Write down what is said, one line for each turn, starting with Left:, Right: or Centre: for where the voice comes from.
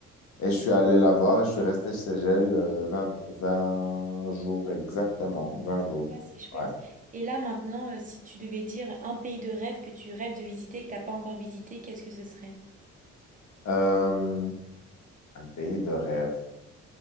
Left: Et je
Right: Ok,
Left: suis allé la voir et je suis resté chez elle euh, vingt 20 jours exactement. vingt jours.
Right: ah, c'est chouette.
Left: Ouais.
Right: Et là maintenant, euh, si tu devais dire un pays de rêve que tu rêves de visiter et que t'as pas encore visité, qu'est-ce que ce serait?
Left: Euh, un pays de rêve.